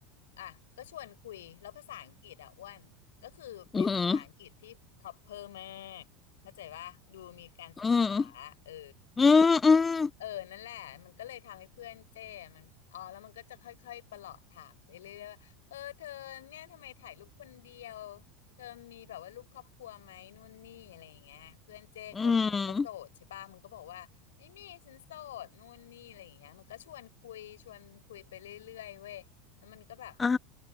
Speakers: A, on the left; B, on the left.
A: อ่ะก็ชวนคุยแล้วภาษาอังกฤษอ่ะอ้วนก็คือเป็นภาษาอังกฤษที่
B: อืม
A: proper มากเข้าใจว่าดูมีการศึกษา
B: อหือ
A: เออ
B: อืมอืม
A: เออนั่นแหละมันก็เลยทำให้เพื่อนเจ้มันอ๋อแล้วมันก็จะค่อยๆประหลอดถามไปเรื่อยๆว่าเออเธอเนี่ยทำไมถ่ายรูปคนเดียวเธอมีแบบว่ารูปครอบครัวไหมนู่นนี่อะไรอย่างเงี้ยเพื่อนเจ้ก็มันก็โสดใช่ป่ะมันก็บอกว่าไม่มีฉันโสดนู่นนี่อะไรอย่างเงี้ยมันก็ชวนคุยชวนคุยไปเรื่อยๆเว้ยแล้วมันก็แบบ
B: อืมอืม อ่า